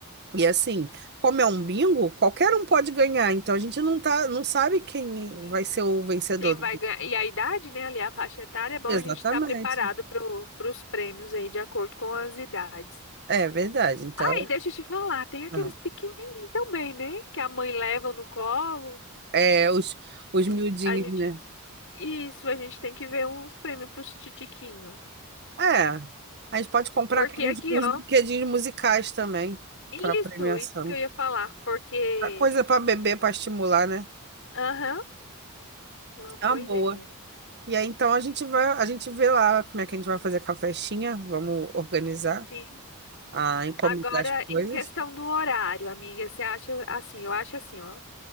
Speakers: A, on the right; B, on the left.
A: E assim, como é um bingo, qualquer um pode ganhar. Então a gente não tá, não sabe quem
B: Sim.
A: vai ser o vencedor.
B: Quem vai ganhar. E a idade, né? Ali a faixa etária, é bom
A: Exatamente.
B: a gente estar preparado para os prêmios aí, de acordo com as idades.
A: É verdade. Então,
B: Ai,
A: é,
B: deixa eu te falar, tem aqueles
A: não.
B: pequenininhos também, né? Que a mãe leva no colo.
A: É, os, os
B: A
A: miudinhos,
B: gen- a gente.
A: né?
B: Isso, a gente tem que ver uns prêmios pros titiquinhos.
A: É. A gente pode comprar
B: Porque
A: aqui uns,
B: aqui,
A: uns
B: ó.
A: brinquedinhos musicais também
B: Isso,
A: para premiação.
B: isso que eu ia falar. Porque.
A: A coisa para beber, para estimular, né?
B: Aham, uma boa
A: É uma
B: ideia.
A: boa. E aí, então, a gente vai, a gente vê lá como é que a gente vai fazer com a festinha. Vamos organizar
B: Sim.
A: a encomendar
B: Agora,
A: as coisas.
B: em questão do horário, amiga, você acha assim? Eu acho assim, ó.